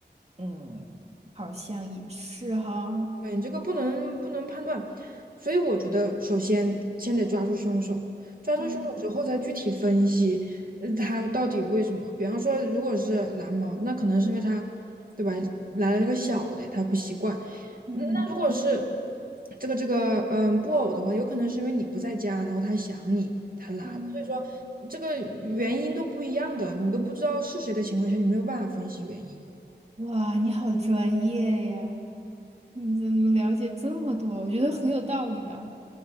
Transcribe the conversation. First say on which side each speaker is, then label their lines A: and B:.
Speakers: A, on the right (about 35°); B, on the right (about 50°).
A: 嗯，好像也是哈，
B: 对，你这个不能不能判断，所以我觉得首先先得抓住凶手，抓住凶手之后再具体分析，
A: 嗯
B: 呃他到底为什么？比方说，如果是蓝猫，那可能是因为他，对吧？来了个小的，他不习惯。
A: 嗯
B: 嗯那如果是这个这个嗯布偶的话，有可能是因为你不在家，然后他想你，他来，
A: 嗯，
B: 所以这个原因都不一样的，你都不知道是谁的情况下，你没有办法分析原因。
A: 哇，你好专业呀，你怎么了解这么多啊我觉得很有道理啊。